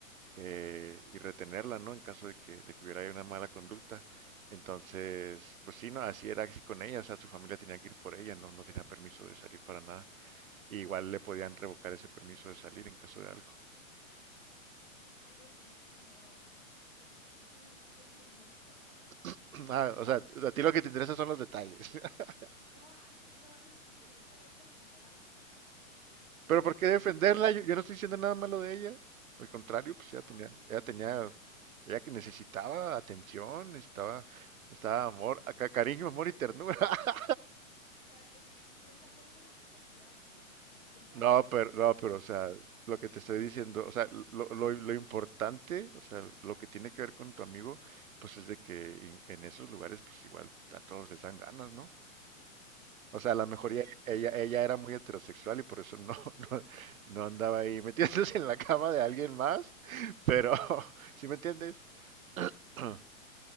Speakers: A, on the right; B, on the left.
A: eh, y retenerla, ¿no? En caso de que, de que hubiera ahí una mala conducta. Entonces, pues sí, no, así era así con ella, o sea, su familia tenía que ir por ella, no, no tenía permiso de salir para nada y igual le podían revocar ese permiso de salir en caso de algo.
B: Oye, <laughs> pero, o sea, sí, sí sí entiendo el tema,
A: <clears throat> Ah,
B: pero fíjate
A: o sea,
B: que,
A: a ti lo que te interesa son los detalles. <laughs>
B: no, a mí, no, a mí lo que me interesa es defender a la muchacha, fíjate. <laughs>
A: Pero
B: O
A: ¿por
B: sea, Yo
A: qué defenderla?
B: sí voy a,
A: Yo, yo no estoy diciendo nada malo de ella. Al contrario, pues ella
B: no,
A: tenía,
B: no,
A: ella tenía, ella que necesitaba atención, necesitaba, necesitaba
B: no,
A: amor,
B: no, y-
A: a- ca- cariño, amor y ternura. <laughs>
B: o sea, es que hasta por pura curiosidad, mira, <laughs> o sea,
A: No, pero, no, pero, o sea,
B: nada,
A: lo que te estoy diciendo, o sea, lo, lo, lo importante, o sea, lo que tiene que ver con tu amigo, pues es de que en, en esos lugares, pues igual a todos les dan ganas, ¿no? O sea, a lo mejor
B: pues
A: ella,
B: sí,
A: ella, ella era muy heterosexual y por eso no, <laughs> no, no andaba ahí metiéndose en la cama de alguien más, pero <laughs> ¿sí me entiendes? <clears throat>